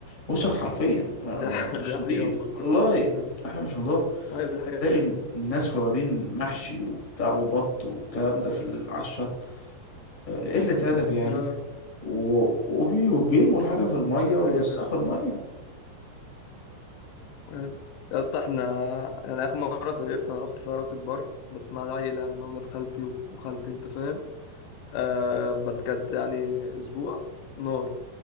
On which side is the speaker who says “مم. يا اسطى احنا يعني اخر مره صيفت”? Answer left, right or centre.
Left